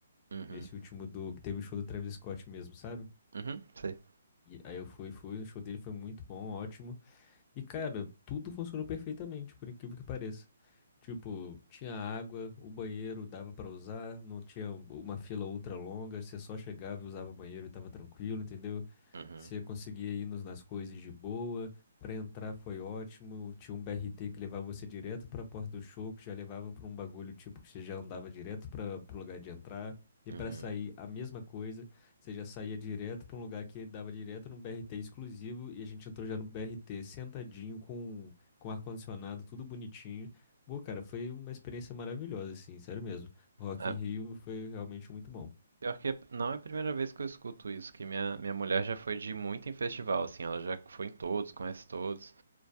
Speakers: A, on the right; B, on the left.
A: Uhum.
B: esse último do, que teve o show do Travis Scott mesmo, sabe?
A: Uhum, sei.
B: E aí eu fui, fui, o show dele foi muito bom, ótimo. E, cara, tudo funcionou perfeitamente, por incrível que pareça. Tipo, tinha água, o banheiro dava pra usar, não tinha uma fila ultra longa, você só chegava e usava o banheiro e tava tranquilo, entendeu?
A: Uhum.
B: Você conseguia ir nos- nas coisas de boa, pra entrar foi ótimo, tinha um BRT que levava você direto pra porta do show, que já levava pra um bagulho tipo que você já andava direto para pro lugar de entrar. E
A: Uhum.
B: pra sair, a mesma coisa. Você já saía direto para um lugar que dava direto num BRT exclusivo e a gente entrou já no BRT sentadinho com, com ar-condicionado, tudo bonitinho. Pô, cara, foi uma experiência maravilhosa, assim, sério mesmo. Rock
A: Ah,
B: in Rio foi realmente muito bom.
A: Pior que é- não é a primeira vez que eu escuto isso, que minha, minha mulher já foi de muito em festival, assim, ela já foi em todos, conhece todos,